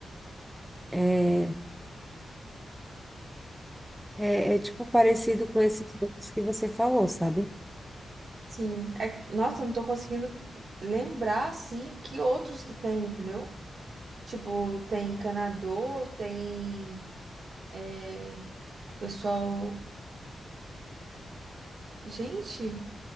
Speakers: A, in the centre; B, on the right (about 50°).
A: é, É, é tipo parecido com esses outros que você falou, sabe?
B: Sim, é... nossa, não tô conseguindo lembrar, assim, que outros que tem, entendeu? Tipo, tem encanador, tem é, o pessoal. Gente,